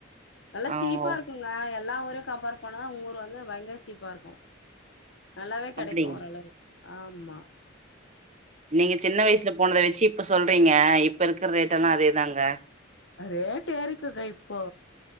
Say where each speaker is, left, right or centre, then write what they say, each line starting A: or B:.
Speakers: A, on the left (about 70°); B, on the right (about 35°).
A: நல்லா
B: ஆ
A: சீப்பா
B: ஓ
A: இருக்குங்க எல் ல்லா ஊரையு கம்பேர் பண்ணாதா உங்கூரு வந்து பயங்கர சீப்பாருக்கு நல்லாவே கெடைக்கு
B: அப்டிங்க
A: ஓரளவு ஆம்மா
B: நீங்க சின்ன வயசுல போனத வெச்சி இப்ப சொல்றீங்க இப்பருக் க்கர் ரேட்டெல்லா அதேதாங்க
A: அ ரேட்டு ஏறிக்குங்க இப்போ